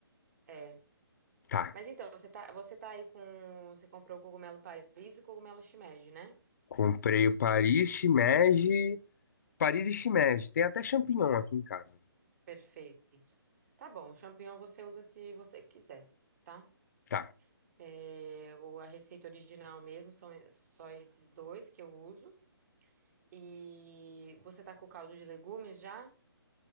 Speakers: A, on the right (about 40°); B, on the left (about 45°).
A: É.
B: Tá.
A: Mas então, você tá, você tá aí com. Você comprou o cogumelo Paris e o cogumelo shimeji, né?
B: Comprei o Paris shimeji, Paris e shimeji, tem até champignon aqui em casa.
A: Perfeito. Tá bom, o champignon você usa se você quiser, tá?
B: Tá.
A: É, o, a receita original mesmo são só esses dois que eu uso. E você tá com o caldo de legumes já?